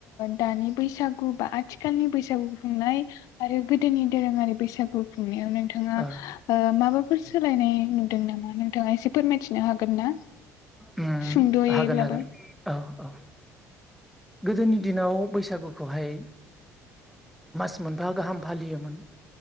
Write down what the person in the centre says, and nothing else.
ओ
उम
हागोन हागोन औ औ गोदोनि दिनाव बैसागुखौहाय मास मोनफा गाहाम फालियोमोन।